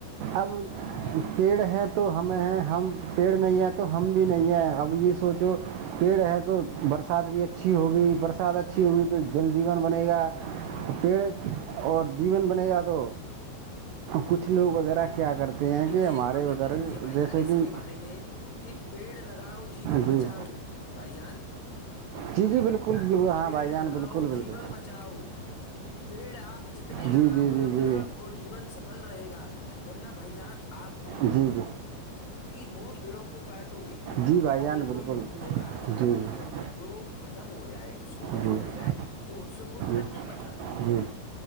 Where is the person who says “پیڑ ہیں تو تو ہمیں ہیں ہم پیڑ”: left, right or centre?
Right